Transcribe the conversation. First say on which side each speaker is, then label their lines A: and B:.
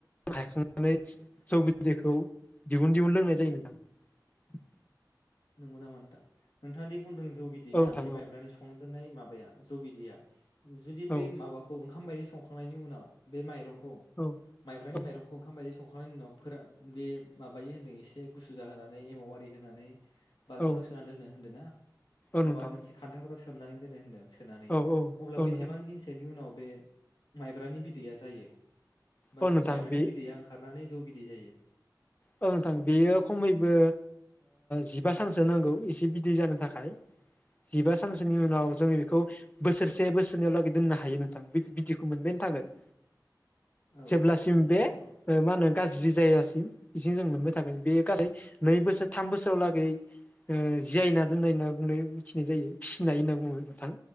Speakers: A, on the left; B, on the left.
A: हायखांनानै
B: आदसा
A: जौ बिदैखौ दिहुन दिहुन लोंनाय जायो नोंथां
B: नंगौ नामा नोंथां नोंथाङा दि बुंदों जौ बिदै
A: नोंथां
B: ना बै मायब्रानि संनादोननाय मा बाया जौ बिदिया जुदि
A: औ
B: बै माबाखौ ओं ओंखाम बायदि संखांनायनि उनाव बे माइंख
A: नोंथां औ
B: माइब्रानि
A: औ
B: माइरंखौ ओंखाम बायदि स संखांनायनि उनाव फोरा बे माबायो होन्दों एसे गुसु जाहोनानै एमाव आरि होनानै बाल्थिंआव
A: औ
B: सोना दोनो होन्दो ना
A: औ
B: बा
A: नोंथां
B: माबा मोनसे खान्थाफोराव सो खोबनानै दोनो होनदों सोनानै
A: औ औ
B: अब्ला
A: औ
B: बेसेबां
A: नोंथां
B: दिनसोनि उनाव बे माइब्रानि बिदैया जायो होमा
A: औ नोंथां
B: माइब्रानि
A: बे
B: बिदैया ओंखारनानै जौ बिदै जायो
A: औ नोंथां बेयो खमैबो जिबा सानसो नांगौ एसे बिदै जानो थाखाय जिबा सानसोनि उनाव जोङो बेखौ बोसोरसे बोसोरनैयावलागै दोननो हायो नोंथां बिदैखौ मोनबायानो थागोन
B: औ
A: जेब्लासिम
B: अब्लाथ'
A: बे ओ मा होनो गाज्रि जि जायगासिम बिदिनो जों मोनबाय थागोन बे गासै नै बोसोर थाम बोसोर लागै ओ जिआयना दोननाय होनना बुंनाय मिथिनाय जायो फिसिनाय होनना बुङो नोंथां